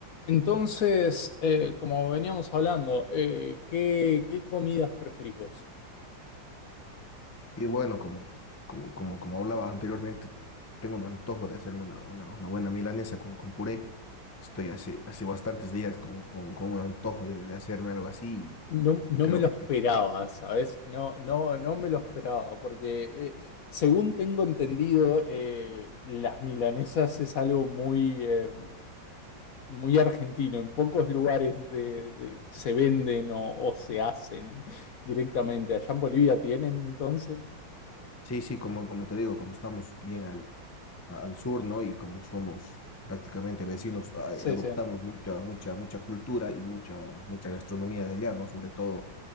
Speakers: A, on the left; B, on the left.
A: Entonces, eh, como veníamos hablando, eh, ¿qué, qué comidas preferís vos?
B: Y bueno, como, como, como, como hablaba anteriormente, tengo un antojo de hacerme una, una, una buena milanesa con, con puré. Estoy hace, hace bastantes días con, con, con un antojo de, de hacerme algo así
A: No, no
B: y, y creo
A: me lo
B: que
A: esperaba, ¿sabes? No, no, no me lo esperaba, porque eh, según tengo entendido, eh, las milanesas es algo muy, eh, muy argentino. En pocos lugares de- de- se venden o, o se hacen directamente. Allá en Bolivia tienen, entonces.
B: sí, sí, como, como te digo, como estamos bien al, a- al sur, ¿no? Y como somos prácticamente vecinos, a-
A: Sí,
B: adoptamos
A: sí.
B: mucha, mucha, mucha cultura y mucha, mucha gastronomía de allá, ¿no? Sobre todo